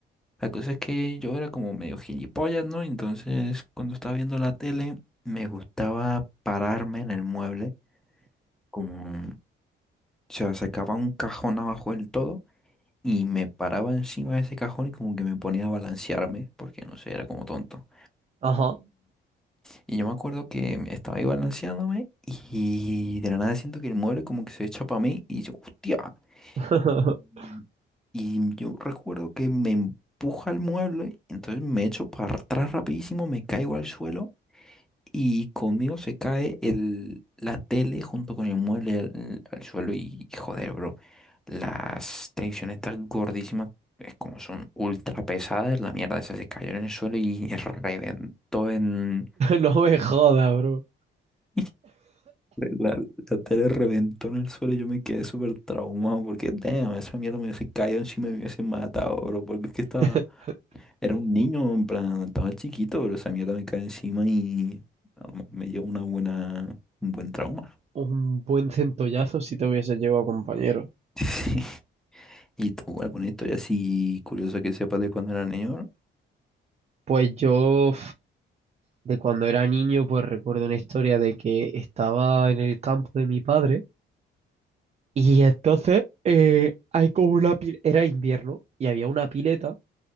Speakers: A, in the centre; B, on the right.
A: La cosa es que yo era como medio gilipollas, ¿no? Entonces, cuando estaba viendo la tele, me gustaba pararme en el mueble, como, o sea, sacaba un cajón abajo del todo y me paraba encima de ese cajón y como que me ponía a balancearme, porque no sé, era como tonto.
B: Ajá.
A: Y yo me acuerdo que estaba ahí balanceándome y de la nada siento que el mueble como que se echa para mí y yo, hostia.
B: <laughs>
A: Y, y yo recuerdo que me empuja el mueble, entonces me echo para atrás rapidísimo, me caigo al suelo y conmigo se cae el, la tele junto con el mueble al, al suelo y joder, bro. Las televisiones tan gordísimas, es como son ultra pesadas, la mierda esa se cayó en el suelo y reventó en...
B: No me jodas, bro.
A: <laughs> La, la tele reventó en el suelo y yo me quedé súper traumado porque, damn, esa mierda me hubiese caído encima y me hubiese matado, bro. Porque es que
B: <laughs>
A: estaba, era un niño, en plan, estaba chiquito, bro. Esa mierda me cae encima y no, me dio una buena, un buen trauma.
B: Un buen centollazo si te hubiese llevado compañero.
A: <laughs> Y tú, bueno, historia así curiosa que sepas de cuando era niño, bro.
B: Pues yo... de cuando era niño, pues recuerdo una historia de que estaba en el campo de mi padre y entonces eh, hay como una pileta, era invierno y había una pileta